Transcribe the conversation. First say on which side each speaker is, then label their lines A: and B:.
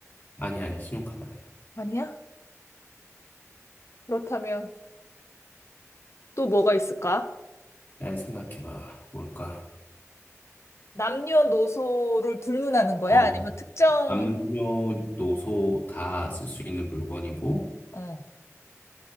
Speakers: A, on the left; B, on the left.
A: 아니, 아니, 신용카드 아니.
B: 아니야? 그렇다면 또 뭐가 있을까?
A: 잘 생각해봐. 뭘까?
B: 남녀노소를 불문하는 거야?
A: 어,
B: 아니면 특정,
A: 남녀노소 다 쓸 수 있는 물건이고,
B: 어,